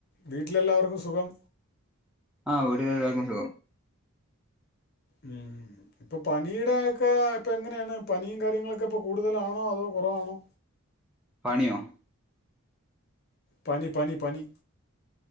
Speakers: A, on the left; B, in the centre.
A: വീട്ടിലെ എല്ലാവർക്കും സുഖം
B: ആ വീട്ടിൽ എല്ലാവർക്കും സുഖം
A: ഉം ഇപ്പൊ പനിയുടെ ഒക്കെ ഇപ്പ എങ്ങനെയാണ് പനിയും കാര്യങ്ങളൊക്കെ ഇപ്പോ കൂടുതലാണോ അതോ കുറവാണോ
B: പണിയോ
A: പനി പനി പനി